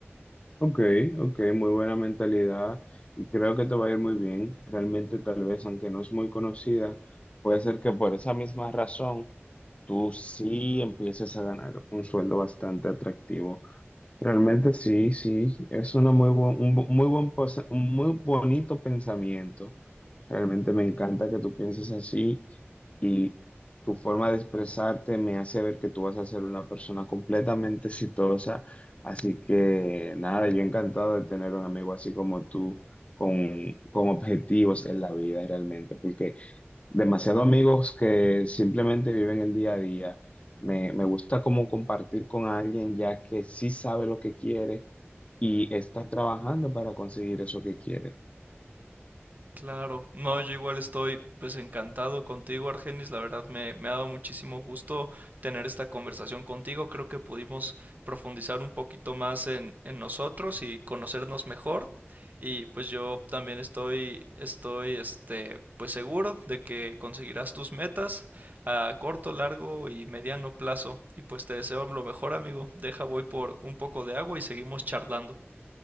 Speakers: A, on the left; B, on the right.
A: Ok, ok, muy buena mentalidad y creo que te va a ir muy bien. Realmente, tal vez, aunque no es muy conocida, puede ser que por esa misma razón tú sí empieces a ganar un sueldo bastante atractivo. Realmente sí, sí, es una muy bu- un bu- muy buen posa- un muy bonito pensamiento. Realmente me encanta que tú pienses así y tu forma de expresarte me hace ver que tú vas a ser una persona completamente exitosa. Así que nada, yo encantado de tener un amigo así como tú, con, con objetivos en la vida realmente, porque demasiados amigos que simplemente viven el día a día. Me, me gusta como compartir con alguien ya que sí sabe lo que quiere y está trabajando para conseguir eso que quiere.
B: Claro, no, yo igual estoy pues encantado contigo, Argenis, la verdad me, me ha dado muchísimo gusto tener esta conversación contigo, creo que pudimos profundizar un poquito más en, en nosotros y conocernos mejor y pues yo también estoy, estoy este pues seguro de que conseguirás tus metas a corto, largo y mediano plazo y pues te deseo lo mejor, amigo, deja voy por un poco de agua y seguimos charlando.